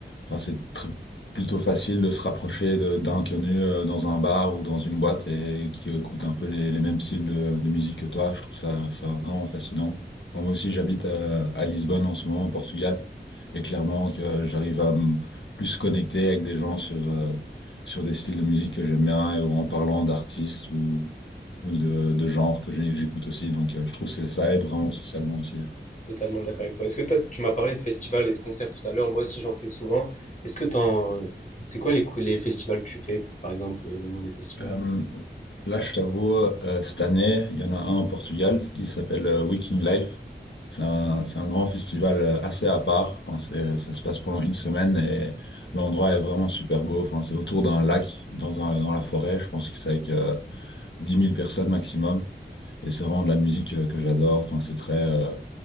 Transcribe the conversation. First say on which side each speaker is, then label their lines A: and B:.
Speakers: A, on the left; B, on the left.
A: enfin, c'est très- plutôt facile de se rapprocher de- d'inconnus euh, dans un bar ou dans une boîte et qui écoute un peu les, les mêmes styles de, de musique que toi. Je trouve ça, ça vraiment fascinant. Enfin, moi aussi, j'habite à, à Lisbonne en ce moment, au Portugal, et clairement que j'arrive à me plus connecter avec des gens sur, euh, sur des styles de musique que j'aime bien et, ou en parlant d'artistes ou ou de, de genre que j'ai- j'écoute aussi. Donc, euh, je trouve que ça aide vraiment socialement aussi.
B: Totalement d'accord avec toi. Est-ce que t'as- tu m'as parlé de festivals et de concerts tout à l'heure, moi aussi j'en fais souvent. Est-ce que t'en... C'est quoi les, cou- les festivals que tu fais, par exemple, euh, le nom des festivals?
A: Euh, là, je t'avoue, euh, cette année, il y en a un au Portugal, il s'appelle euh, Waking Life. C'est un, c'est un grand festival euh, assez à part. Enfin, c'est- ça se passe pendant une semaine et l'endroit est vraiment super beau. Enfin, c'est autour d'un lac, dans un, dans la forêt. Je pense que c'est avec euh, dix mille personnes maximum. Et c'est vraiment de la musique euh, que j'adore. Enfin, c'est très, euh,